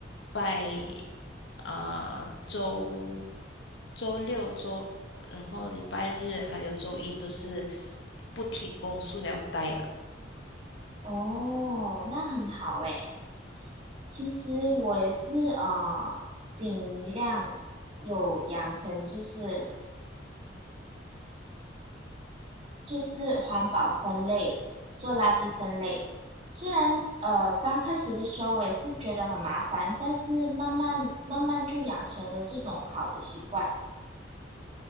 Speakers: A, on the left; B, on the right.
A: 拜啊、呃周周六周，然后礼拜日还有周一都是不提供塑料袋了。
B: 哦，那很好诶。其实我也是呃，尽量有养成就是就是环保分类，做垃圾分类。虽然呃刚开始的时候我也是觉得很麻烦，但是慢慢慢慢就养成了这种好的习惯。